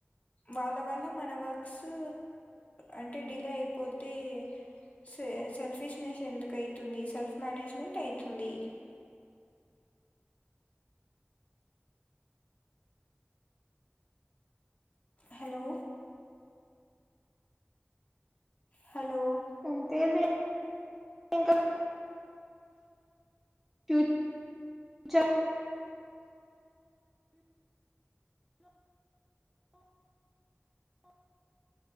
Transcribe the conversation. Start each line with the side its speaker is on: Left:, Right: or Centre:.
Left: వాళ్ళ వల్ల మన వర్క్సు అంటే డిలే అయిపోతే స సెల్ఫిష్నెస్ ఎందుకు అవుతుంది సెల్ఫ్ మేనేజ్మెంట్ అవుతుంది హలో హలో
Centre: అంతేలే ఇంకా ఫ్యూచర్